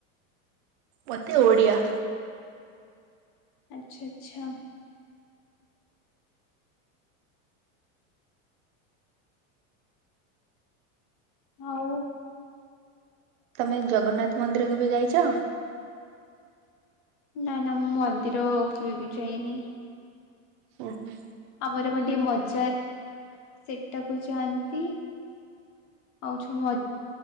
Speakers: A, on the right; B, on the left.
A: ମତେ ଓଡିଆ।
B: ଆଚ୍ଛା ଆଛା। ହଉ।
A: ତମେ ଜଗନ୍ନାଥ ମନ୍ଦିର କେବେ ଯାଇଛ।
B: ନାଇଁ ନା ମୁଁ ମନ୍ଦିର କେବେ ବି ଯାଇନି।
A: ହୁ -ହୁଁ
B: ଆମର ମାନେ ମଜାର ସେଟାକୁ ଯାଆନ୍ତି। ଆଉ ଛ ମ